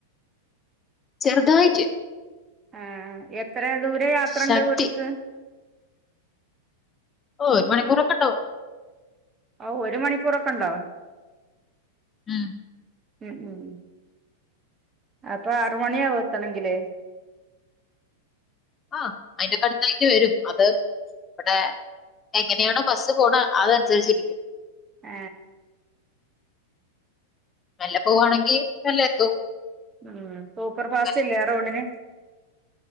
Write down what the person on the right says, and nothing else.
ആ ആ എത്ര ദൂരെ യാത്രയുണ്ട്
വീട്ടിക്ക്
ആ ഒരു മണിക്കൂറൊക്കെ ഉണ്ടോ
ഉം ഉം അപ്പൊ ആറ് മണി ആവും എത്തണമെങ്കില്
ആ
ഉം സൂപ്പർ ഫാസ്റ്റ്
ഇല്ലയാ ആ റോഡിന്